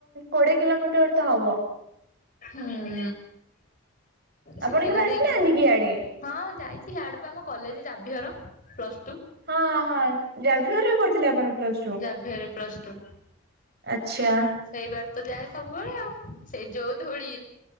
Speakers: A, on the right; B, on the left.
A: କୋଡିଏ କିଲୋମିଟର ତ ହବ।
B: ହୁଁ ସୁକିନ୍ଦା
A: ଆପଣ କେବେ
B: ଦେଇକି
A: ଆସିନାହାନ୍ତି
B: ତ
A: କି ଇଆଡେ?
B: ହଁ ଯାଇଛି ଇଆଡକୁ ଆମ କଲେଜ ଯାବିହର ପ୍ଲସ ଟୁ।
A: ହଁ ହଁ ଜାଭିୟର ରେ କରୁଥିଲେ ଆପଣ। ପ୍ଲସ
B: ଜାଭିୟର ରେ ପ୍ଲସ ଟୁ।
A: ଆଛା।
B: ସେଇ ବାର ତ ଯାଏ ସବୁବେଳେ ଆଉ ସେଇ ଯୋଉ ଧୂଳି।